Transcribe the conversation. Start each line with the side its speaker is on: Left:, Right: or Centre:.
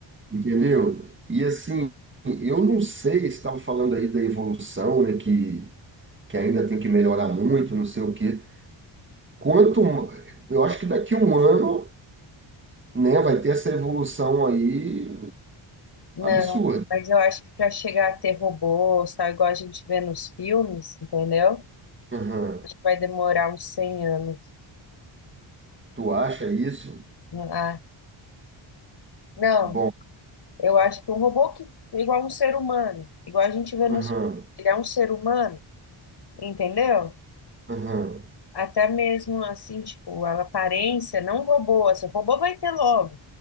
Right: Entendeu? E assim, eu não sei, você estava falando aí da evolução, né, que, que ainda tem que melhorar muito, não sei o quê. Quanto, eu acho que daqui a um ano, né, vai ter essa evolução aí
Left: Não,
Right: absurda.
Left: mas eu acho que para chegar a ter robôs, tal, igual a gente vê nos filmes, entendeu?
Right: Aham.
Left: Acho que Vai demorar uns 100 anos.
Right: Tu acha isso?
Left: Ah, não,
Right: Bom,
Left: eu acho que um robô que é igual um ser humano, igual a gente vê nos,
Right: aham,
Left: ele é um ser humano, entendeu?
Right: aham,
Left: Até mesmo assim, tipo, a aparência, não o robô, assim, o robô vai ter logo,